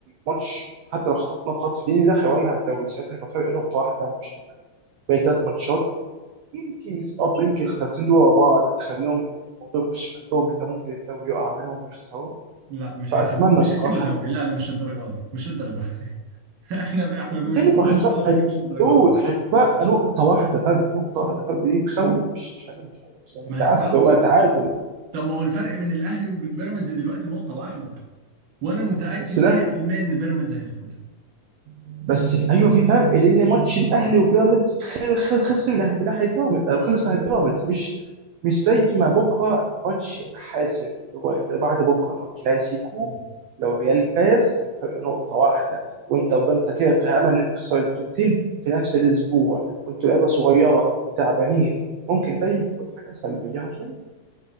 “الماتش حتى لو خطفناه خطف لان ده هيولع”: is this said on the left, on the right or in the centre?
Right